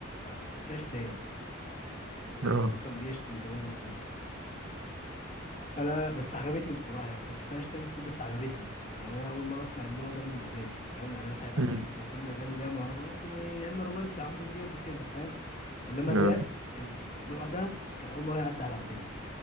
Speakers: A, on the left (about 40°); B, on the right (about 90°).
A: كان فيها شتايم يعني
B: اه
A: الجوكر كان بيشتم زمان وكده فانا بس عجبتني بصراحه يعني ما كانش فيها شتايم كتير بس عجبتني يعني انا اول مره اسمع النوع ده من الاغاني فاهم يعني انا ساعتها
B: امم
A: كنت كان كل الاغاني اللي هي مهرجانات ويا اما رومانسي عمرو دياب وكده فاهم انما الراب
B: اه
A: النوع ده كان اول مره يعدي على وداني